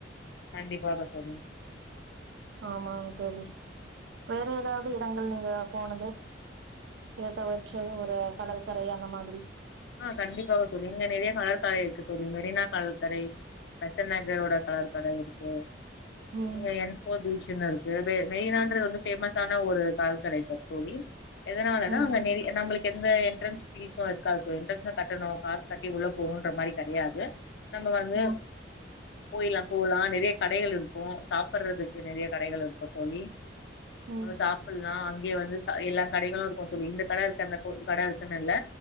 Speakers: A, on the left (about 70°); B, on the right (about 80°).
A: கண்டிப்பாக தோழி
B: ஆமா தோழி வேற ஏதாது இடங்கள் நீங்க போனது இருத்தவற்று ஒரு கடல்கரை அந்த மாரி
A: ஆஹ் கண்டிப்பாக தோழி இங்க நெறய கலற்கரை இருக்கு தோழி மெரினா கடற்கரை பெசன்ட் நகரோட கலற்கரை இருக்கு
B: ம்
A: இங்க என் போ பீச் சின்ன இருக்கு மெயினானது வந்து பேமஸ்சான ஒரு கடற்கரை தோழி எதனாலனா
B: ம்
A: அங்க நெற நம்மளுக்கு எந்த எண்ட்ரன்ஸ் பீச்சும் இருக்காது எண்ட்ரன்ஸ் கட்டணும் காஸ் கட்டி உள்ள போன்ற மாரி கெடையாது நம்ம வந்து
B: ம்
A: போயிலாம் போலாம் நெறய கடைகள் இருக்கும் சாப்படுறதுக்கு நெறய கடைகள் இருக்கும் தோழி
B: ம்
A: நம்ம சாப்டலாம் இங்கே வந்து எல்லா கடைகளும் இருக்கும் தோழி இந்த கட இருக்கு அந்த கட இருக்குன்னு இல்ல